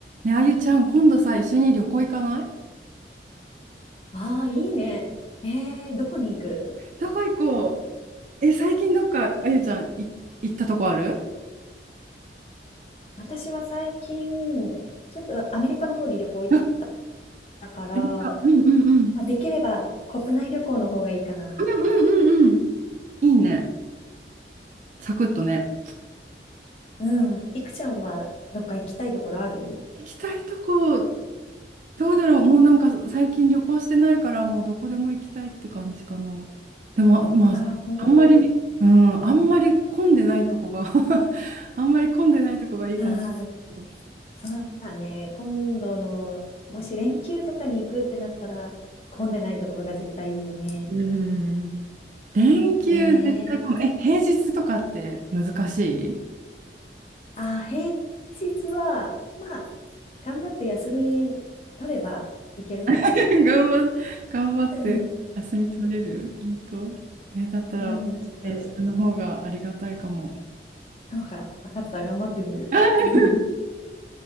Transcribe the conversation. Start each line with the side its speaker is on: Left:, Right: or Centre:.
Right: ね、あゆちゃん、今度さ、一緒に旅行行かない
Left: ああ、いいね。えー、どこに行く
Right: どこ行こうえ、最近どっか、あゆちゃん、い、行ったとこある
Left: 私は最近、ちょっとアメリカの方に旅行行っ
Right: あ
Left: たから、
Right: 何かうんうんうん。うん
Left: まあ、できれば国内旅行の方がいいかな。
Right: うんうんうん。いいね。サクッとね。
Left: うん。いくちゃんはどっか行きたいところある
Right: 行きたいとこ、どうだろう。もうなんか最近旅行してないから、もうどこでも行きたいって感じかな。でも、まあ、
Left: ああー、本当。
Right: あんまり、うん、あんまり混んでないとこが <laughs> あんまり混んでないとこがいいかもし
Left: ああ、
Right: れないけど。
Left: そうだね。今度の、もし連休とかに行くってなったら、混んでないところが絶対いいよね。
Right: うん。連休絶対こむ。
Left: ええ
Right: え、平日とかって難しい
Left: あー、平日は、まあ、頑張って休み取ればいけるかな。
Right: <laughs> 頑張っ、頑張って休み取れる本当え、
Left: <laughs>
Right: だったら私、
Left: うん、ちょっと、
Right: 平日の方がありがたいかも。
Left: そうか、分かった、頑張ってみる。
Right: <laughs>
Left: <laughs>